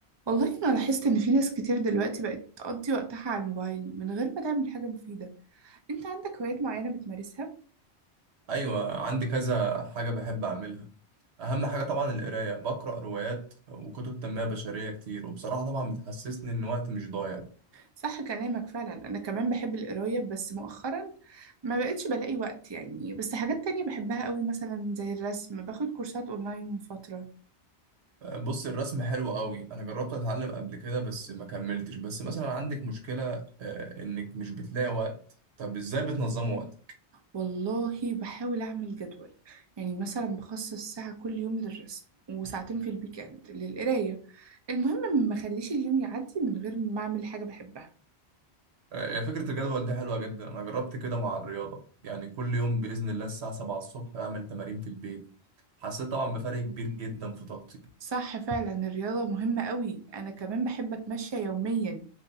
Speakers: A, on the right (about 40°); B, on the right (about 75°).
A: والله أنا لاحظت إن في ناس كتير دلوقتي بقت تقضي وقتها على الموبايل من غير ما تعمل حاجة مفيدة أنت عندك هوايات معينة بتمارسها؟
B: ايوه عندي كذا حاجه بحب اعملها اهم حاجه طبعا القرايه بقرا روايات وكتب تنميه بشريه كتير وبصراحه طبعا بتحسسني ان وقتي مش ضايع
A: صح كلامك فعلا أنا كمان بحب القراية بس مؤخرا ما بقتش بلاقي وقت يعني بس حاجات تانية بحبها قوي مثلا زي الرسم باخد كورسات أونلاين من فترة
B: بص الرسم حلو قوي انا جربت اتعلم قبل كده بس ما كملتش بس مثلا عندك مشكله آه، انك مش بتلاقي وقت طب ازاي بتنظموا وقتك
A: والله بحاول أعمل جدول يعني مثلا بخصص ساعة كل يوم للرسم وساعتين في الويك إند للقراية المهم ما اخليش اليوم يعدي من غير ما أعمل حاجة بحبها
B: آه، هي فكره الجدول دي حلوه جدا انا جربت كده مع الرياضه يعني كل يوم باذن الله الساعه 7 الصبح اعمل تمارين في البيت حسيت طبعا بفرق كبير جدا في طاقتي
A: صح فعلا الرياضة مهمة قوي أنا كمان بحب أتمشى يوميا